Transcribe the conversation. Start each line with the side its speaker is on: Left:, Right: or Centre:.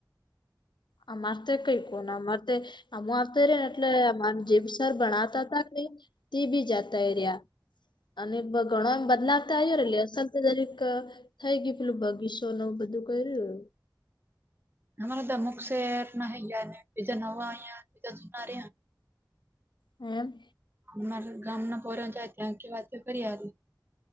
Left: આ મારદ કઈ કોન મરતે આમ આવતો રે ને એટલે આ જેબ સર ભણતા હતાા કઈ તે બી જાતા એ રહ્યા અને ઘણોમ બદલાવ તો આવ્યો રે અસલ દરેક થાય ગય પેલું બગીચોને બધું કર્યું.
Right: અમારા તો અમુક શેર ના હૈયા ને બીજા નવા અયા બીજા જનાર
Left: એમ
Right: અમાર ગામના પરાચાય ત્યાં કે વાત કરી આરુ